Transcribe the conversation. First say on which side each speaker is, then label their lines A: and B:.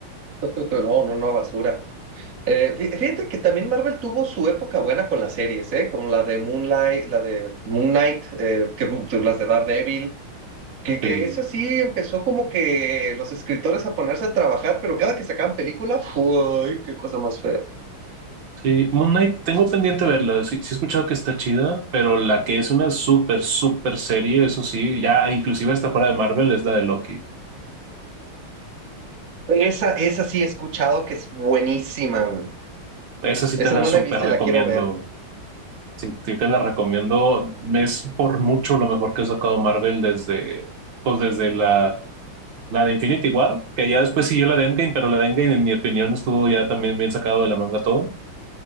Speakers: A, on the right; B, on the right.
A: No, no, no, basura. Eh, fí- fíjate que también Marvel tuvo su época buena con las series, ¿eh? Como la de Moonlight, la de Moon Knight, eh, que, las de Daredevil, que,
B: Sí.
A: que eso sí empezó como que los escritores a ponerse a trabajar, pero cada que sacaban película, ¡ay, qué cosa más fea!
B: Sí, Moon Knight, tengo pendiente verla. Sí, sí he escuchado que está chida, pero la que es una súper, súper serie, eso sí, ya inclusive está fuera de Marvel, es la de Loki.
A: Esa, esa sí he escuchado que es buenísima, güey.
B: Esa sí
A: Esa
B: te la
A: no
B: súper
A: la he visto
B: recomiendo.
A: y la quiero ver.
B: Sí, sí te la recomiendo. Es por mucho lo mejor que ha sacado Marvel desde, pues desde la, la de Infinity War, que ya después siguió la de Endgame, pero la de Endgame, en mi opinión, estuvo ya también bien sacado de la manga todo.